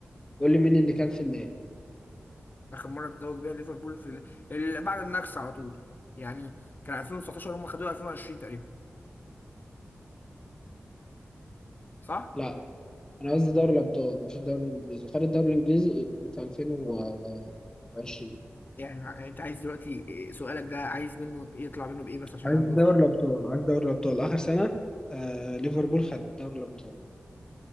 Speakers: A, on the left; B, on the left.
A: قول لي مين اللي كان في النهائي
B: اخر مره تتوج بيها ليفربول في ال... ال- بعد النكسه على طول يعني كان 2019 هم خدوها 2020 تقريبا صح
A: لا أنا قصدي دوري الأبطال مش الدوري الإنجليزي خد الدوري الإنجليزي في 2020
B: يعني يعني انت عايز دلوقتي إيه- سؤالك ده عايز منه يطلع منه بايه بس عشان
A: عايز
B: انا
A: دوري
B: مدوخش
A: الابطال عايز دوري الابطال اخر سنه آه ليفربول خد دوري الابطال